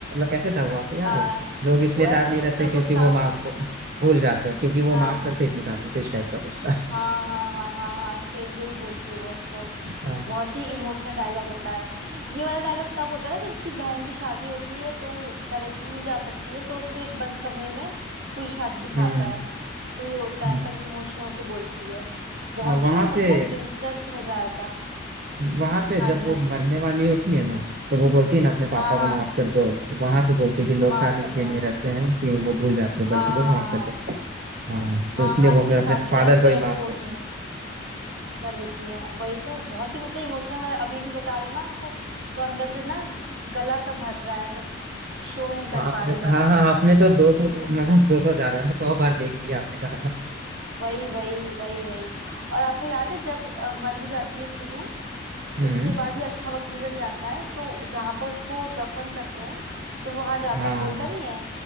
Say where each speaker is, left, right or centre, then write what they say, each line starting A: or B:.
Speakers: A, on the right; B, on the right.
A: कैसे था वो आपको याद
B: आ,
A: है लोग इसलिए
B: वो ऐसे
A: साथ नहीं
B: ही कुछ
A: रहते
B: तो
A: क्योंकि
B: लोग साथ
A: वो माफ कर,
B: हाँ
A: भूल जाते हैं क्योंकि वो
B: हाँ
A: माफ
B: हाँ
A: करते हैं, इसलिए साथ होते हैं, इस टाइप का कुछ था
B: हाँ हाँ हाँ हाँ सेम यही बोलती है वो उसको
A: हाँ
B: बहुत ही इमोशनल डायलॉग होता है ये वाला डायलॉग तब होता है ना जब उसकी बहन की शादी होती है तो डायरेक्टली नहीं जा सकती है तो उसको एक बंद कमरे में पूरी शादी दिखाता
A: हम्म
B: है तो ये रोता
A: हम्म।
B: है तब इमोशनल होके बोलती है बहुत
A: हाँ वहां
B: ही मतलब
A: पे
B: दिलचस्प नजारा था
A: वहां पे
B: हाँ
A: जब
B: जी
A: वो
B: हाँ जी
A: मरने वाली होती है ना तो वो बोलती है ना अपने पापा
B: हाँ हाँ
A: को माफ कर दो वहां पे बोलती है कि लोग
B: माफ
A: साथ
B: कर
A: इसलिए
B: दो
A: नहीं रहते हैं कि वो भूल जाते हैं
B: हाँ
A: बल्कि
B: हाँ
A: वो माफ
B: हाँ
A: कर देते हैं हाँ
B: हाँ
A: तो इसलिए
B: हाँ जब
A: वो
B: ये
A: फिर
B: शादी
A: अपने
B: कर
A: फादर
B: होते
A: को ही
B: हैं
A: माफ
B: कोर्ट
A: करते
B: में
A: हैं
B: कर देती है वही तो बहुत ही मतलब इमोशनल मैं अभी भी बता रही हूँ ना आपको तो अंदर से ना गला सा भर रहा है बस शो नहीं कर
A: बाप
B: पा रहे
A: रे
B: ज्यादा
A: हाँ हाँ आपने तो दो
B: <laughs>
A: सौ मतलब
B: हम्म।
A: दो सौ ज्यादा है सौ बार देख लिया आपने कहा
B: वही वही वही वही और आपको याद है जब अ, मर भी जाती है शुरू
A: हम्म
B: उसके बाद ये अच्छा वकील बन जाता है तो जहां पर उसको दफन करते हैं तो वो वहां जाता
A: हाँ
B: है बोलता नहीं है